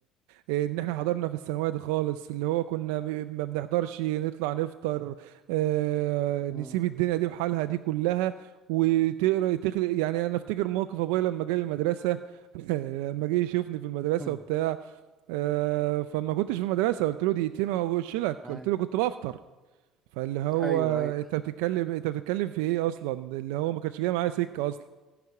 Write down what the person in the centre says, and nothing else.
مم.
مم.
أي-
أيوه أيوه